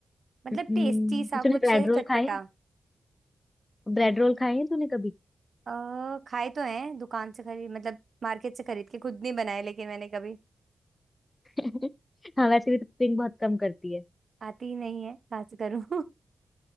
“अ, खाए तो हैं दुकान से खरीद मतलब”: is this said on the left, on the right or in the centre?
Right